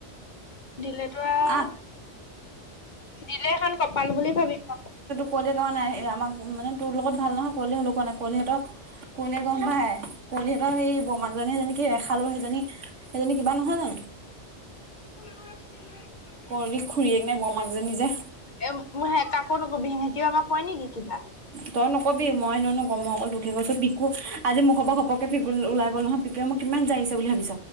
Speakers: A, on the left; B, on the right.
A: দিলেতো আও
B: আহ
A: দিলে এখন কপাল বুলি ভাবিম আও
B: কুঁৱলিয়ে কোৱা নাই এই আমাক মানে তোৰ লগত ভাল নহয় কুৱলি হলেওঁ কোৱা নাই কুৱলিহঁত কুৱলীয়ে গম পায়ে কুৱলীহতৰ এই বমাকজনী এজনীক কি ৰেখালো সেইজনী সেইজনী কিবা নহয় জানো
A: <unintelligible>
B: কুৱৰি খুৰীয়েক নে বৰমাক মাকজনী যে
A: এ মোৰ কাকো নকবি হেঁতিও আমাক কয় নেকি কিবা
B: তই নকবি মই নো নো মই অকল তোকে কৈছো। কো আজি মুখৰ পৰা ঘপকে ফিকোলি ওলাই গ'ল নহয় পিকোৱে মোক কিমান যাৰিছে বুলি ভাবিছ